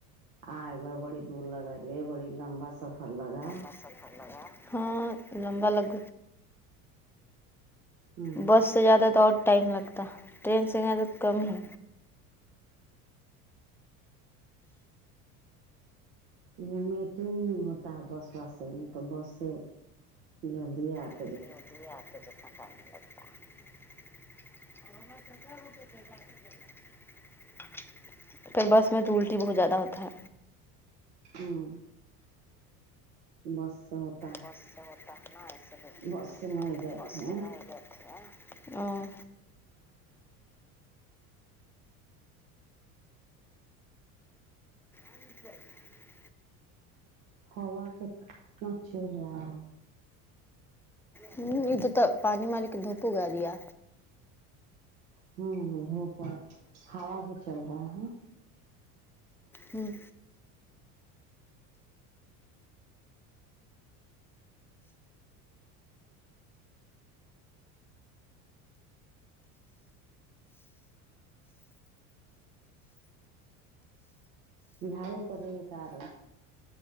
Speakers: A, on the right (about 80°); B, in the centre.
A: آئے گئے بڑی دور لگا رے بڑی لمبا سفر لگا
B: س <unintelligible> سفر لگا ہاں لمبا لگ
A: ہ
B: بس سے جاتا تو اور ٹائم لگتا ٹرین سے جا تو کم ہی
A: گھومے تو ہوتا ہے بس وس سے نیتو بس سے جلدی آت
B: <unintelligible> پر بس میں تو الٹی بہت زیادہ ہو تھا
A: ہوں بس سے ہوت
B: بس سے ہوتا ہے نہ ایسے ہی
A: بس سے نہیں گئے
B: بس
A: تھے
B: سے <unintelligible> ہاں <unintelligible>
A: ہوا کت نا چل رہا ہے
B: ہمم ادھر تو پانی مالے کے دھوپ اگا دیا
A: ہوں دھوپ ہا ہوا بھی چل رہا ہے
B: ہوں
A: جھاڑو کر رہی ہے کار